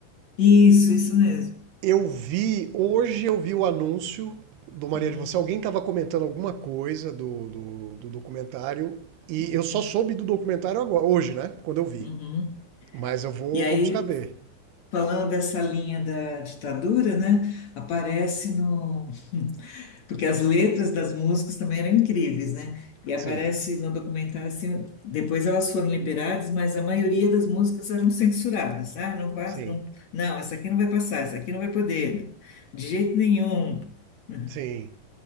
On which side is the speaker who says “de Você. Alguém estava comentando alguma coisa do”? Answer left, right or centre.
Right